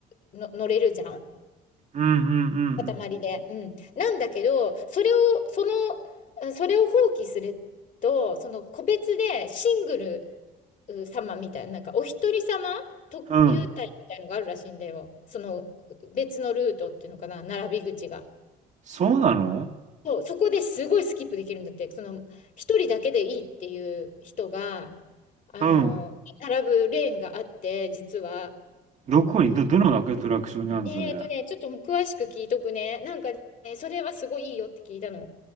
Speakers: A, on the left (about 50°); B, on the right (about 45°).
A: の乗れるじゃん
B: うんうんうん
A: 塊で。うん。なんだけど、それを、その、それを放棄すると、その個別でシングルう様みたいな、なんかお一人様と優待みたいのがあるらしいんだよ。
B: うん。うん。
A: その別のルートっていうのかな、並び口が。
B: そうなの
A: そう、そこですごいスキップできるんだって、その一人だけでいいっていう人が、あの、
B: うん。
A: 並ぶレーンがあって、実は。
B: どこに、ど、どのアトラクションにあるの、
A: えーとね、
B: それ。
A: ちょっと詳しく聞いとくね。なんかね、それはすごいいいよって聞いたの。